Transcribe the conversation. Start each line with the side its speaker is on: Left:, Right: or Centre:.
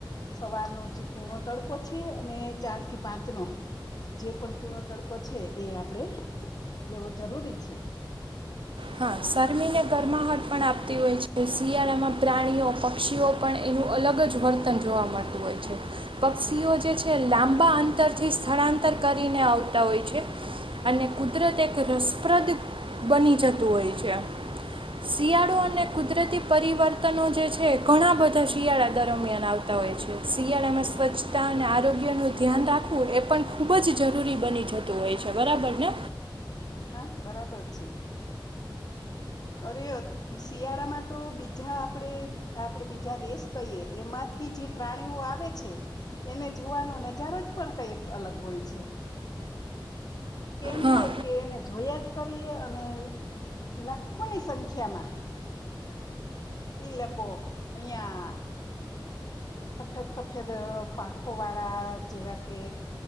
Left: સવારનો જે કુણો તડકો છે અને ચાર થી પાંચ નો જે પણ કૂણો તડકો છે એ આપણેે લેવો જરૂરી છે.
Right: હા શરમીને ગરમાહટ પણ આપતી હોય છે શિયાળામાં પ્રાણીઓ પક્ષીઓ પણ એનું અલગ જ વર્તન જોવા મળતું હોય છે પક્ષીઓ જે છે લાંબા અંતરથી સ્થળાંતર કરીને આવતા હોય છે અને કુદરત એક રસપ્રદ બની જતી જતું હોય છે શિયાળો
Left: હા
Right: અને
Left: હા
Right: કુદરતી પરિવર્તનો જે છે ઘણા બધા શિયાળા દરમિયાન આવતા હોય છે શિયાળામાં સ્વચ્છતા અને આરોગ્યનું ધ્યાન રાખવું એ પણ ખૂબ જ જરૂરી બની જતું હોય છે બરાબર ને
Left: હા હા બરાબર છે અરે અ શિયાળામાં તો બીજા આપણે આપણે બીજા દેશ કહીએ એમાંથી જે પ્રાણીઓ આવે છે એને જોવાનો નજારો જ પણ કઈક અલગ હોય છે કેમ
Right: હા
Left: થાય કે એને જોયા જ કરીએ અને લાખોની સંખ્યા માં ઈ લોકો અહિયાં સફેદ સફેદ પાંખો વાળા જેવા કે